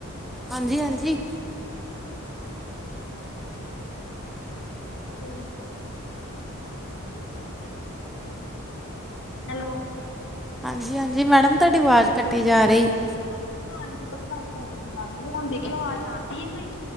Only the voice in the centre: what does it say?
ਹਾਂਜੀ, ਹਾਂਜੀ
ਹਾਂਜੀ, ਹਾਂਜੀ ਮੈਡਮ ਤੁਹਾਡੀ ਆਵਾਜ਼ ਕੱਟੀ ਜਾ ਰਹੀ ਆ।